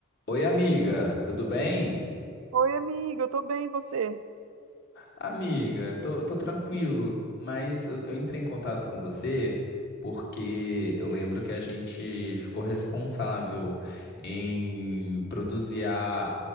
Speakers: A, on the left; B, on the right.
A: Oi, amiga, tudo bem?
B: Oi, amiga, eu tô bem, e você?
A: Amiga, tô, tô tranquilo, mas eu, eu entrei em contato com você porque eu lembro que a gente ficou responsável em produzir a,